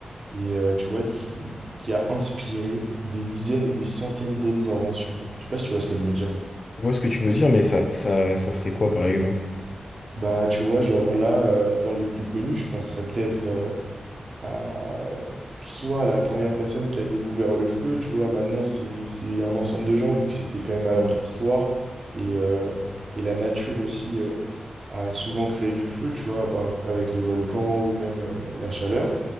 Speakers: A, on the right; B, on the left.
A: et euh, tu vois qui, qui a inspiré des dizaines et des centaines d'autres inventions. Je sais pas si tu vois ce que je veux dire.
B: Je vois ce que tu veux dire, mais ça, ça, ça serait quoi, par exemple?
A: Bah tu vois genre là euh, dans les plus connus, je penserais peut-être euh, à soit la première personne qui a découvert le feu, tu vois, maintenant c'est c'est un ensemble de gens, vu que c'était quand même à la
B: Oui.
A: préhistoire, et, euh, et la nature aussi euh, a souvent créé du feu, tu vois, à part- avec les volcans ou même euh, la chaleur.